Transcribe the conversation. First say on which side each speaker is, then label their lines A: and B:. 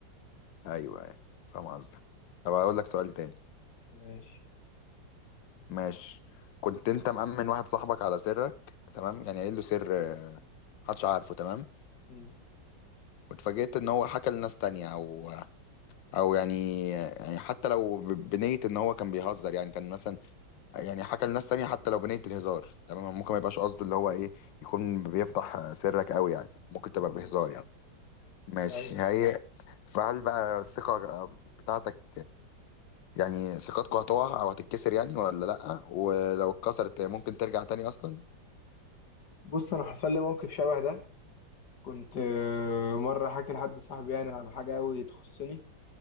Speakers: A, on the left; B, on the left.
A: ايوه ايوه فاهم قصدك طب هقول لك سؤال تاني
B: ماشي
A: ماشي كنت انت مأمن واحد صاحبك على سرك تمام يعني قايل له سر آه، محدش عارفه تمام
B: مم.
A: واتفاجئت ان هو حكى لناس تانية او او يعني يعني حتى لو ب- بنية ان هو كان بيهزر يعني كان مثلا يعني حكى لناس تانية حتى لو بنية الهزار تمام ممكن ما يبقاش قصده اللي هو ايه يكون بيفضح آه، سرك قوي يعني ممكن تبقى
B: مم.
A: بهزار يعني ماشي
B: أيوة.
A: هي فهل بقى الثقة بتاعتك يعني ثقتكوا هتقع او هتتكسر يعني ولا لا ولو اتكسرت ممكن ترجع تاني اصلا
B: بص أنا حصل لي موقف شبه ده كنت آه، مرة حاكي لحد صاحبي يعني عن حاجة أوي تخصني